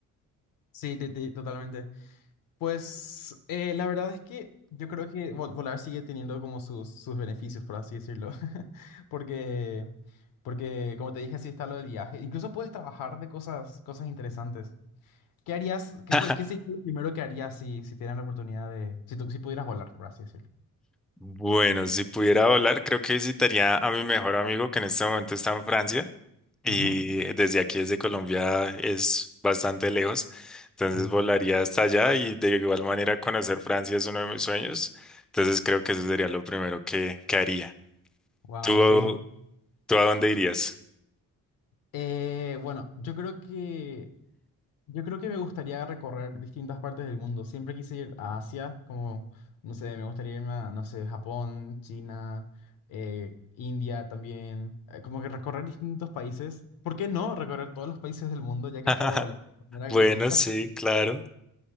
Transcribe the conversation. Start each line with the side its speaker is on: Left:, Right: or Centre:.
Left: Sí, ti- ti, totalmente. Pues eh, la verdad es que yo creo que vol- volar sigue teniendo como sus, sus beneficios, por así decirlo. <laughs> Porque, porque, como te dije, así está lo del viaje. Incluso puedes trabajar de cosas, cosas interesantes. ¿Qué harías? ¿Qué
Centre: <laughs>
Left: fue? ¿Qué sería lo primero que harías si, si te dieran la oportunidad de, si tú, si pudieras volar, por así decirlo?
Centre: Bueno, si pudiera volar, creo que visitaría a mi mejor amigo que en este momento está en Francia y
Left: Ujú.
Centre: desde aquí, desde Colombia, es bastante lejos. Entonces
Left: Sí.
Centre: volaría hasta allá y de igual manera conocer Francia es uno de mis sueños. Entonces creo que eso sería lo primero que, que haría.
Left: Wow,
Centre: ¿Tú,
Left: sí, sí.
Centre: tú a dónde irías?
Left: Eh, bueno, yo creo que, yo creo que me gustaría recorrer distintas partes del mundo. Siempre quise ir a Asia, como, no sé, me gustaría irme a, no sé, Japón, China, eh, India también. Eh, como que recorrer distintos países. ¿Por qué no recorrer todos los países del mundo, ya que
Centre: <laughs>
Left: puedo volar de manera gratuita?
Centre: Bueno, sí,
Left: <laughs>
Centre: claro.